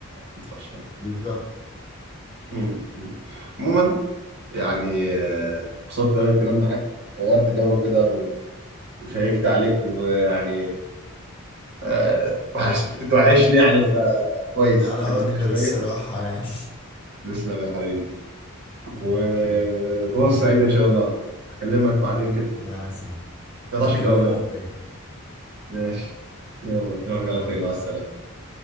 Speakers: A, on the right; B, on the left.
A: هتدفع شوية
B: بالظبط
A: مم. مم. عموما يعني آه، انبسطت قوي الكلام معاك غيرت جو كده و- وشيكت عليك ويعني آه، وحش- كنت وحشني يعني ف- كويس
B: أنا
A: اتكلمنا
B: أكتر
A: شوية
B: الصراحة يعني
A: تسلم يا حبيبي وفرصة
B: <laughs> أوكي فرصة سعيدة
A: سعيدة إن شاء الله أكلمك بعدين كده
B: أنا أسعد
A: ما تقطعش
B: نتكلموا
A: الجوابات
B: قريب
A: ماشي يلا أشوفك على
B: باي
A: خير مع السلامة